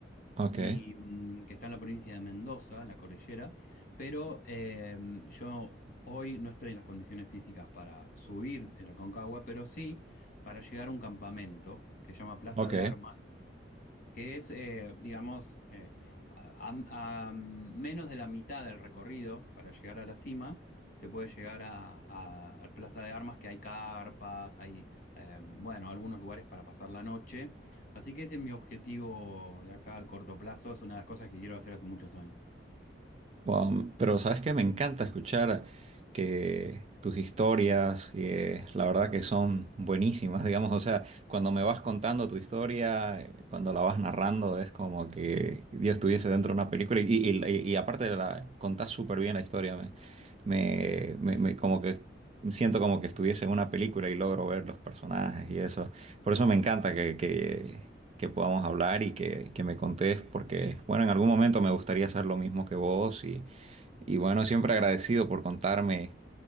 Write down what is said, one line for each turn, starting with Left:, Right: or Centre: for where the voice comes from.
Right: ok,
Left: y mm, que está en la provincia de Mendoza, en la cordillera, pero eh, yo hoy no estoy en las condiciones físicas para subir en la Aconcagua, pero sí para llegar a un campamento que se llama Plaza
Right: ok.
Left: de Armas, que es, eh, digamos, eh, a, a- a menos de la mitad del recorrido para llegar a la cima, se puede llegar a, a- a Plaza de Armas, que hay carpas, hay, eh, bueno, algunos lugares para pasar la noche. Así que ese es mi objetivo de acá al corto plazo, es una de las cosas que quiero hacer hace muchos años.
Right: Um, pero sabes que me encanta escuchar que tus historias, que la verdad que son buenísimas, digamos, o sea, cuando me vas contando tu historia, eh, cuando la vas narrando, es como que Dios estuviese dentro de una película y, y- y- y aparte de la contás súper bien la historia, me, me, me- me- como que siento como que estuviese en una película y logro ver los personajes y eso. Por eso me encanta que, que podamos hablar y que, que me contés, porque, bueno, en algún momento me gustaría hacer lo mismo que vos y, y bueno, siempre agradecido por contarme